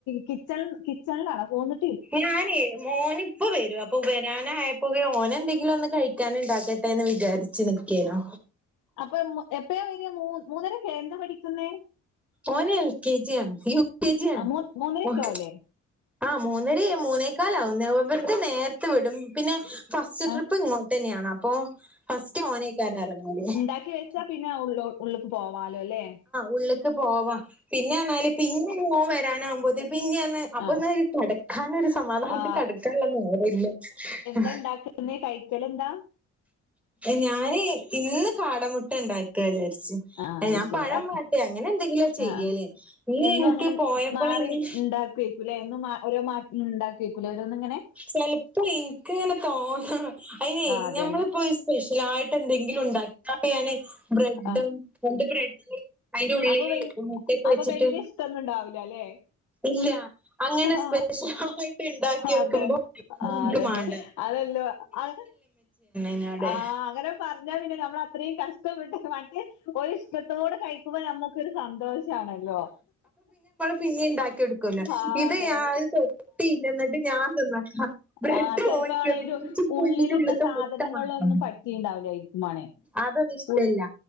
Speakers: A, on the left; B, in the centre.
A: കിച്ചൺ കിച്ചണിൽ ആണോ പോന്ന്
B: ഞാനെ മോനിപ്പ വരും അപ്പൊ വരാന് ഓന ആയപ്പോകെ ഓനെന്തെങ്കിലും ഒന്ന് കഴിക്കാൻണ്ടാക്കട്ടെ എന്ന് വിചാരിച്ച് നിക്കേനോ
A: അപ്പം, എപ്പെയാ വെരാ മൂ മൂന്നെരക്കായേ എന്താ പഠിക്കുന്നെ.
B: ഓന് എൽ. കെ. ജി. യാണ്, യൂ. ക്കെ. ജ്യാണ്,
A: ആ മൂ മൂന്നരക്കെ
B: ഓൻ.
A: ആവൂലേ
B: ആഹ് മൂന്നെരെ മൂന്നേക്കാലാവുന്നെ, ഇവര്തെ നേരത്തെ വിടും. പിന്നെ ഫസ്റ്റ്
A: ആ
B: ട്രിപ്പ് ഇങ്ങോട്ടെന്നെയാണപ്പോ, ഫസ്റ്റ്, മേനെയ്ക്കാര എറങ്ങല്.
A: ഇണ്ടാക്കി വെച്ചാ പിന്നെ ഉള്ളോ ഉള്ള്ക്ക് പോവാലോ, ല്ലേ.
B: ഉള്ള്ക്ക് പോവാ. പിന്നെന്നാല് പിന്നെ മോ വരാനാവകുമ്പോത്തിന് പിന്നെന്ന്. അപ്പൊന്നെര്
A: ആ
B: കെടക്കാനൊര് സമാധാനത്ത്
A: ആ
B: കെടക്കാള്ള നേരല്ലാ. അഹ്.
A: <unintelligible> ണ്ടാക്കലെന്നെ കഴിക്കലെന്താ?
B: ഞാനെ, ഇന്ന് കാടമുട്ട ഇണ്ടാക്കാന്ന് വിചാരിച്ച്
A: ആഹ്, അയ്
B: ഞാൻ
A: ശെരി
B: പഴം
A: അത്
B: വാട്ടി അങ്ങനെ എന്തെങ്കിലുവാ ചെയ്യല്
A: അഹ് ആഹ്
B: ഇന്ന്
A: എന്നും
B: എനിക്ക്
A: അങ്ങനെ
B: പോയപ്പള്
A: മാറി ണ്ടാക്ക്വെയ്ക്കൂല്ലേ, എന്നും ഓരോ മാറ്റ് ല്ലുണ്ടാക്കെയ്ക്കുലെ ഓരോന്ന്ങ്ങനെ.
B: ചെൽപ്പം എൻക്ക് ങ്ങനെ തോന്നണം അയ്നെ
A: ആ അതന്നെ
B: ഞമ്മളിപ്പോ ഇസ് സ്പെഷ്യലായിട്ടെന്തെങ്കിലും ഉണ്ടാക്കാന് യാന് ബ്രെഡ്
A: ആ
B: രണ്ട് ബ്രെഡ്. അയിൻ്റെ ഉള്ളില്
A: അപ്പൊ വൽ
B: മുട്ടെക്കെ
A: അപ്പൊ
B: വെച്ചിട്ട്.
A: വല്യ ഇഷ്ടൊന്നും ഉണ്ടാവൂല അല്ലേ
B: ഇല്ലാ, അങ്ങനെ
A: ആഹ്
B: സ്പെഷ്യലായിട്ട് ണ്ടാക്കി വെക്കുമ്പോ,
A: അതെ
B: അതോന്ക്ക്
A: ആഹ് അതന്നെ
B: വാണ്ട.
A: അതല്ലോ അഅ്
B: എന്നോട്
A: ആഹ് അങ്ങനെ പറഞ്ഞ് ഞ്ഞാ പിന്നെ നമ്മളത്രേം കഷ്ടപ്പെട്ട് മറ്റേ ഒരിഷ്ടത്തോട് കഴി പ്പ ഞമ്മക്കൊരു സന്തോഷാണല്ലോ.
B: പിന്നിം ണ്ടാക്കി കെട്ക്കല്ലോ
A: ആഹ്
B: ഇത്
A: അതെ
B: ഞാ തൊട്ടില്ല എന്നിട്ട് ഞാ തിന്നെക്കാ ബ്രഡ്
A: ആഹ് ചെലപ്പോ
B: ഓൻക്
A: ആണെ
B: <unintelligible>
A: അയിന്റെ
B: ബ്രഡിൻ്റെ
A: ഉള്ളിലിട്ട
B: ഉള്ള്ത്തെ
A: സാധനങ്ങളിലൊന്നും
B: മുട്ടമാത്രം.
A: പറ്റിണ്ടാവില്ലായിരിക്കും മാണെ
B: അതൊനിഷ്ടല്ലാ,
A: ഉൾ